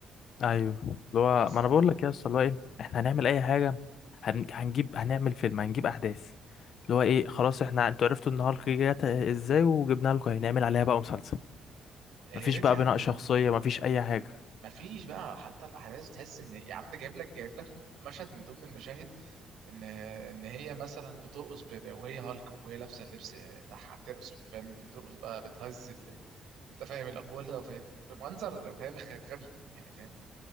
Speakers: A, on the left; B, on the right.
A: ايوه اللي هو
B: بس
A: ما انا بقول لك يا اسطى اللي هو ايه احنا هنعمل اي حاجة هن... هنجيب هنعمل فيلم هنجيب احداث اللي هو ايه خلاص احنا انتوا عرفتوا ان هالك جت ازاي وجبنا لكم هنعمل عليها بقى مسلسل
B: آه، يا
A: مفيش
B: ريت
A: بقى
B: يا عم
A: بناء شخصية مفيش اي حاجة
B: مفيش بقى حتى الاحداث تحس ان يا عم ده جايب لك جايب لك مشهد من ضمن المشاهد ان ان هي مثلا بترقص ب- ب- وهي هالك وهي لابسه اللبس بتاعها بترقص فاهم بترقص بقى بتهز ال- انت فاهم الابوله وفاهم بمنظر فاهم غ- غبي يعني فاهم